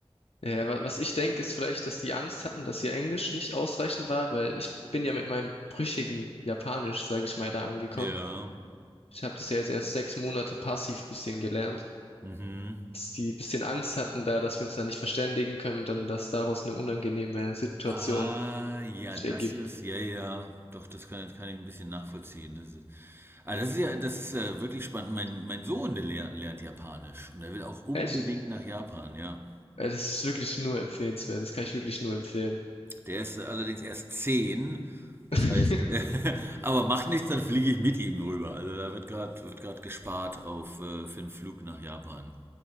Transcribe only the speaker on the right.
Ja.
Mhm.
Ah, ja,
das
ist, ja, ja, doch, das kann, kann ich ein bisschen nachvollziehen. Das ist, ah, das ist ja, das ist äh, wirklich spannend. Mein, mein Sohn, der lernt, lernt Japanisch und er will auch unbedingt
nach Japan, ja.
Der ist allerdings erst zehn, das
heißt, <laughs> aber macht nichts, dann fliege ich mit ihm rüber. Also da wird gerade wird gerade gespart auf äh, für einen Flug nach Japan.